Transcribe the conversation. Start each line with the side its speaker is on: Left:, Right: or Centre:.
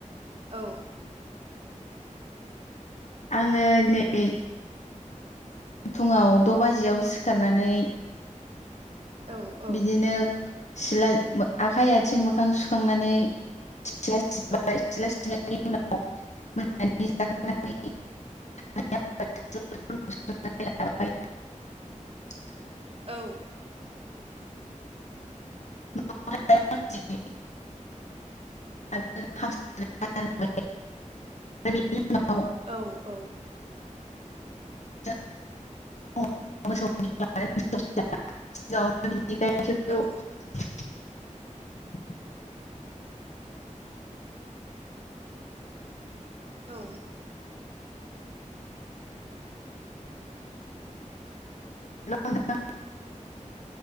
Right: औ
Left: आंङो दिनै फुंङाव द' बाजियाव सिखारनानै
Right: औ औ
Left: बिदिनो सिला आखाइ आथिं मोखां सुखांनानै <unintelligible>
Right: औ
Left: <unintelligible>
Right: औ
Left: <unintelligible> आरो <unintelligible> आरो बिनि उनाव
Right: औ औ
Left: जों <unintelligible> <unintelligible>
Right: औ
Left: <inaudible>
Right: औ
Left: हेलौ नोंथां